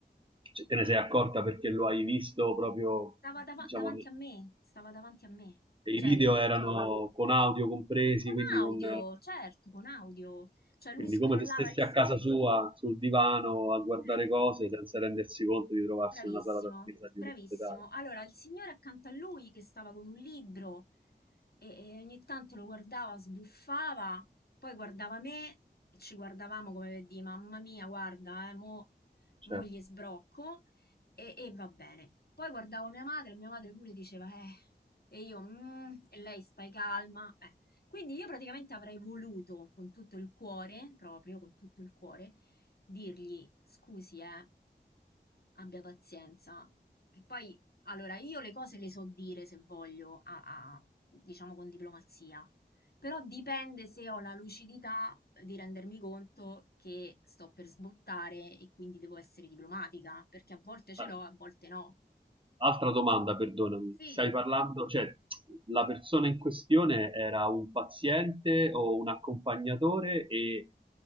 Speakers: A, on the right; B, on the left.
A: cioè, te ne sei accorta perché lo hai visto proprio,
B: Stava dava-
A: diciamo,
B: davanti
A: ne-
B: a me, stava davanti a me.
A: e i
B: Cioè,
A: video
B: le-
A: erano con audio compresi,
B: con
A: quindi,
B: audio,
A: con,
B: certo, con audio. Cioè, lui
A: quindi
B: scrollava,
A: come se stessi
B: hai visto?
A: a casa sua, sul divano, a guardare
B: Eh,
A: cose senza rendersi conto di trovarsi
B: Bravissimo,
A: in una sala d'attesa
B: bravissimo.
A: di un ospedale.
B: Allora, il signore accanto a lui che stava con un libro e, e ogni tanto lo guardava, sbuffava, poi guardava me e ci guardavamo come per dire, mamma mia, guarda, eh, mo, mo
A: Certo.
B: gli sbrocco e, e va bene. Poi guardavo mia madre e mia madre pure diceva, eh, e io, "Mm", e lei stai calma. eh. Quindi io praticamente avrei voluto con tutto il cuore, proprio con tutto il cuore, dirgli, scusi, eh abbia pazienza. Che poi, allora, io le cose le so dire se voglio, a- a- diciamo con diplomazia, però dipende se ho la lucidità di rendermi conto che sto per sbottare e quindi devo essere diplomatica, perché a volte ce
A: Ah,
B: l'ho, a volte no.
A: Altra domanda, perdonami,
B: Sì.
A: stai parlando, cioè la persona in questione era un paziente o un accompagnatore e